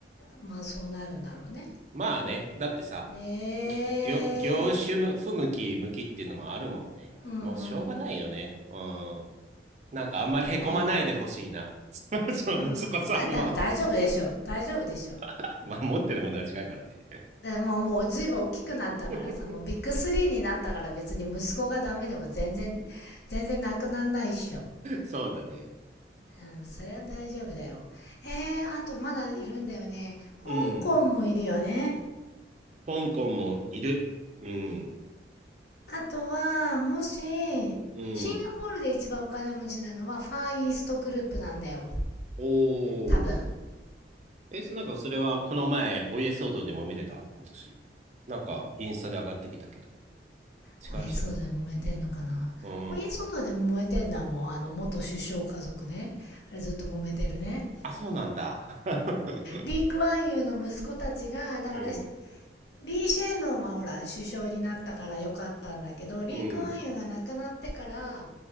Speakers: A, on the left (about 70°); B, on the right (about 40°).
A: まあそうなるんだろうね。
B: まあね、だってさ、
A: ええ
B: 業、業種む不向き、向きっていうのもあるもんね。
A: ーうんう
B: もうしょうがないよね。
A: ん。
B: うん。なんかあんまりへこまないでほしいな。
A: あとは、
B: <laughs> その息子さんは
A: うん。まあ多分大丈夫でしょう。大丈夫でしょう。
B: <laughs> まあ、持ってるものが違うからね。
A: もう、もう随分大きくなったからさ、
B: <laughs>
A: もうビッグスリーになったから別に息子がダメでも全然、全然なくなんないっしょ。
B: そうだね。
A: うん、それは大丈夫だよ。えー、あとまだいるんだよね。
B: うん。
A: 香港もいるよね。
B: 香港もいる。うん。
A: あとは、もし、シ
B: うん。
A: ンガポールで一番お金持ちなのはファーイーストグループなんだよ。
B: おー。
A: 多分。
B: え、なんかそれはこの前、お家騒動でも見てた今年。なんか、インスタで上がってきたけど。
A: お家騒動で揉めてんのかなお家騒動で揉めてんのはもうあの元首相家族ね。
B: 違う人かな。うん。
A: あれずっと揉めてるね。
B: あ、そうなんだ。<laughs>
A: リー・クワンユーの息子たちが、だからし
B: うん。
A: リー・シェンロンはほら首相になったから良かったんだけどリー・
B: うん。
A: クワンユーが亡くなってから